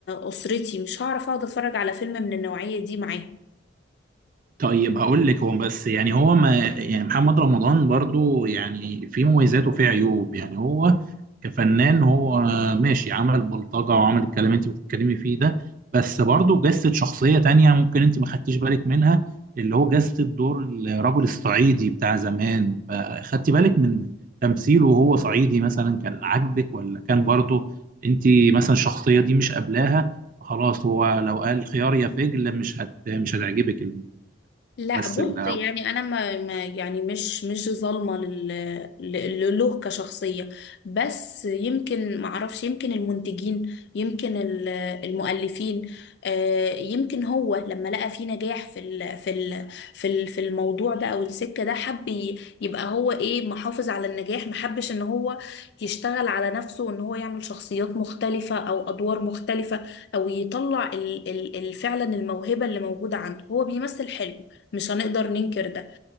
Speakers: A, on the left; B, on the right.
A: اسرتي مش هعرف اقعد اتفرج على فيلم من النوعية دي معاهم
B: طيب هقول لك هو بس يعني هو ما يعني محمد رمضان برضو يعني في مميزات وفي عيوب يعني هو كفنان هو ماشي عمل بلطجة وعمل الكلام اللي انت بتتكلمي فيه ده بس برضو جسد شخصية تانية ممكن انت ما خدتيش بالك منها اللي هو جسد دور الرجل الصعيدي بتاع زمان فخدتي بالك من تمثيله وهو صعيدي مثلا كان عاجبك ولا كان برضو انت مثلا الشخصية دي مش قابلاها خلاص هو لو قال خيار يا فجل مش هت مش هتعجبك
A: لا
B: بس
A: بص
B: ال-
A: يعني انا ما ما- يعني مش مش ظالمه لل ل- ل- له كشخصيه بس يمكن ما اعرفش يمكن المنتجين يمكن ال- المؤلفين آه، يمكن هو لما لقى فيه نجاح في ال في ال في ال- في الموضوع ده او السكه ده حب ي- يبقى هو ايه محافظ على النجاح ما حبش ان هو يشتغل على نفسه وان هو يعمل شخصيات مختلفه او ادوار مختلفه او يطلع ال- ال- ال- فعلا الموهبه اللي موجوده عنده هو بيمثل حلو مش هنقدر ننكر ده